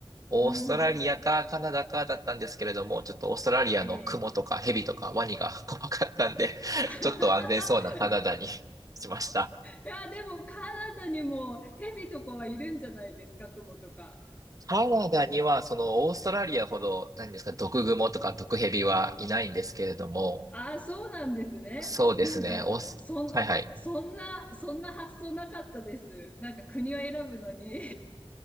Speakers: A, on the right; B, on the left.
A: オーストラリアかカナダかだったんですけれども、
B: うん。
A: ちょっとオーストラリアのクモとかヘビとかワニが
B: ええ。
A: <laughs> 怖かったんで、<laughs>
B: <laughs>
A: ちょっと安全そうなカナダに <laughs> しました。
B: いや、でもカナダにもヘビとかはいるんじゃないですか、クモとか。
A: カナダにはそのオーストラリアほど、何ですか、毒グモとか毒ヘビはいないんですけれども、
B: ああ、そうなんですね。
A: そうですね。
B: なんか、
A: オース、
B: そん、
A: <laughs> はいはい。
B: そんな、そんな発想なかったです。なんか国を選ぶのに。